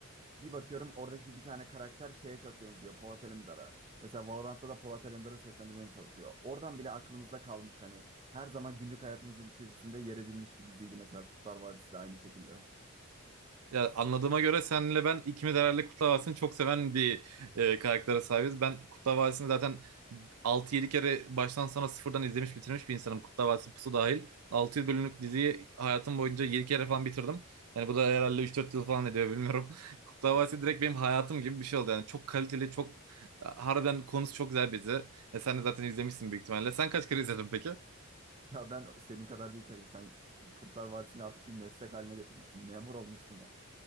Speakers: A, on the right; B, on the right.
A: Bir bakıyorum oradaki bir tane karakter şeye çok benziyor. Polat Alemdar'a. Mesela Valorant'ta da Polat Alemdar'ı seslendirmeye çalışıyor. Oradan bile aklımızda kalmış hani. Her zaman günlük hayatımızın içerisinde yer edilmiş bir diziydi mesela Kurtlar Vadisi de aynı şekilde.
B: Ya anladığıma göre senle ben ikimiz herhalde Kurtlar Vadisi'ni çok seven bir e, karaktere sahibiz. Ben Kurtlar Vadisi'ni zaten altı yedi kere baştan sona sıfırdan izlemiş bitirmiş bir insanım. Kurtlar Vadisi Pusu dahil. 600 bölümlük diziyi hayatım boyunca 7 kere falan bitirdim. Yani bu da herhalde üç dört yıl falan ediyor bilmiyorum. <laughs> Kurtlar Vadisi direkt benim hayatım gibi bir şey oldu. Yani çok kaliteli, çok e, harbiden konusu çok güzel bir dizi. E, sen de zaten izlemişsin büyük ihtimalle. Sen kaç kere izledin peki?
A: Ya ben senin kadar değil tabii ki sen Kurtlar Vadisi'ni artık bir meslek haline getirmişsin. Memur olmuşsun.